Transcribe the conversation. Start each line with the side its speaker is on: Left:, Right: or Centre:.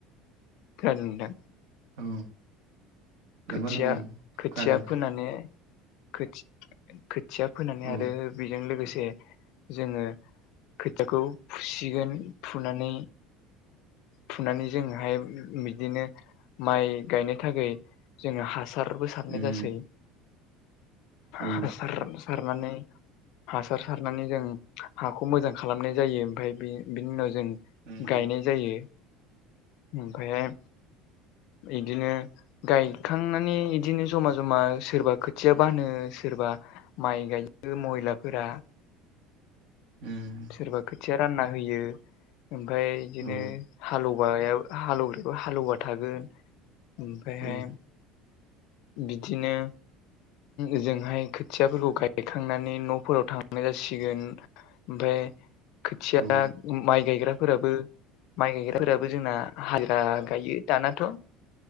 Left: खदोंां
Right: औ नंगौ
Left: खोथिया
Right: नंगौ
Left: खोथिया
Right: खोनादों नोंथां
Left: फोनानै थि खोथिया फोनानै
Right: औ
Left: आरो बेजों लोगोसे जोङो खोथियाखौ खुसि फुसिगोन फुनानै फुनानै जोंहाय बिदिनो माइ गायनो थाखाय जोङो हासारबो सारनाय
Right: उम
Left: जासै।
Right: औ
Left: हासार सारनानै हासार सारनानै जों हाखौ मोजां खालामनाय जायो ओमफ्राय बै बिनि उनाव जों
Right: उम
Left: गायनाय जायो ओमफ्रायहाय इदिनो गायखांनानै इदिनो जमा जमा सोरबा खोथिया बानो सोरबा माइ गायो महिलाफोरा।
Right: उम
Left: सोरबा खोथिया रानना होयो। ओमफफ्राय बिदिनो
Right: औ
Left: हालौो हालौवग्रायखौो हालेववा थागोन। ओमफ्रायहाय
Right: उम
Left: बिदिनो ओजोंहाय खोथियाफोरखौ गायखांनानै न'फोराव थांनाय जासिगोन। ओमफफ्राय खोथिया
Right: औ
Left: माइ गायग्राफोराबो माइ गायग्राफोराबो जोंना हाजिरा गायो दानाथ'